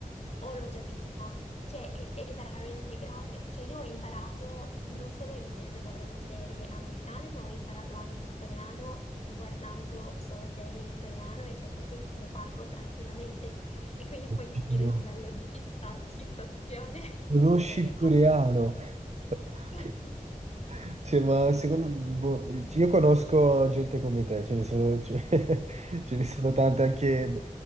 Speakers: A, on the left (about 45°); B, on the right (about 50°).
A: o l'ho già vista. Cioè, è, è veramente grave. Cioè, io ho imparato non solo inglese guardando serie americane, ma ho imparato anche il coreano guardando solo serie in coreano e cioè proprio lo parlo tranquillamente e quindi
B: Oddio,
A: puoi capire il livello di fissa- fissazione
B: conosci
A: per arrivare.
B: il coreano? <laughs>
A: <laughs>
B: Cioè, ma secondo boh, io conosco gente come te, ce ne sono, ce- <laughs> ce ne sono tante anche,